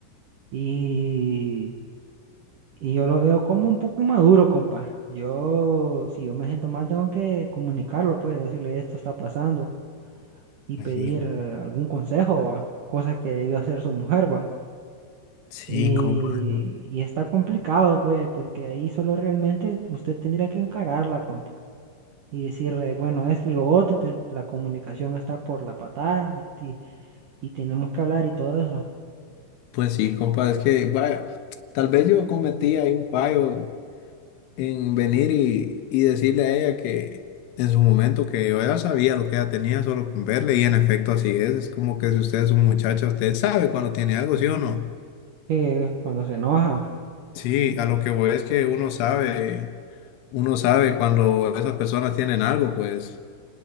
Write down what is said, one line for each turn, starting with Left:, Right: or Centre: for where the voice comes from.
Right: Y, y yo lo veo como un poco inmaduro, compa. Yo, si yo me siento mal, tengo que comunicarlo, pues decirle esto está pasando y
Left: Pues
Right: pedir
Left: sí, compa.
Right: eh, algún consejo, ¿va? Cosa que debió hacer su mujer, ¿va?
Left: Sí,
Right: Y,
Left: compa. no.
Right: y está complicado, pues, porque ahí solo realmente usted tendría que encararla, compa. y decirle, bueno, esto y lo otro, te- la comunicación está por la patada y, ti- y tenemos que hablar y todo eso.
Left: Pues sí, compa, es que, vaya, tal vez yo cometí ahí un fallo en venir y, y decirle a ella que en su momento que yo ya sabía lo que ella tenía solo con verle y en efecto así es, es como que si usted es un muchacho, usted sabe cuando tiene algo, ¿sí o no?
Right: Que cuando se enoja,
Left: Sí, a lo que voy es que uno sabe, uno sabe cuando esas personas tienen algo, pues.